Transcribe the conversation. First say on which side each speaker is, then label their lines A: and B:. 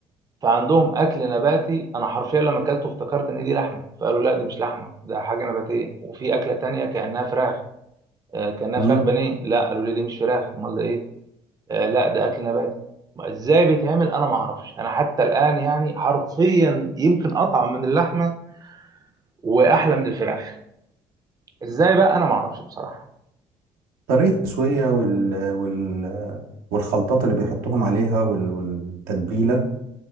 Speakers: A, on the right (about 25°); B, on the right (about 75°).
A: فعندهم اكل نباتي انا حرفيا لما اكلته افتكرت ان دي لحمه فقالوا لا دي مش لحمه ده حاجه نباتيه وفي اكله تانية كانها فراخ آه، كانها
B: مم.
A: فراخ بانيه لا قالوا لي دي مش فراخ امال ده ايه آه، لا ده اكل نباتي ما ازاي بيتعمل انا ما اعرفش انا حتى الان يعني حرفيا يمكن اطعم من اللحمه واحلى من الفراخ ازاي بقى انا ما اعرفش بصراحه
B: طريقة التسوية وال... وال... والخلطات اللي بيحطوهم عليها وال... والتتبيلة